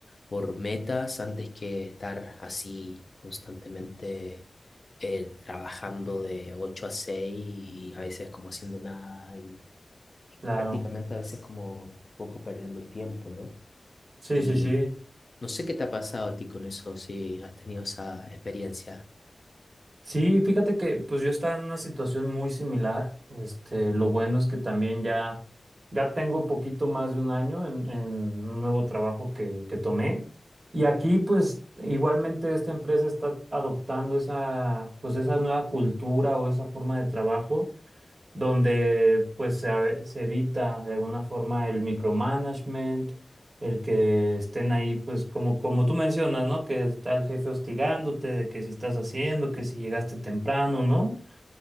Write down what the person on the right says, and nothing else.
Claro.
Sí,
sí, sí.
Sí, fíjate que pues yo estaba en una situación muy similar. Este, lo bueno es que también ya, ya tengo poquito más de un año en, en un nuevo trabajo que, que tomé. Y aquí pues igualmente esta empresa está adoptando esa, pues esa nueva cultura o esa forma de trabajo donde pues se, a- se evita de alguna forma el micromanagement, el que estén ahí pues como, como tú mencionas, ¿no? Que está el jefe hostigándote de que si estás haciendo, que si llegaste temprano, ¿no?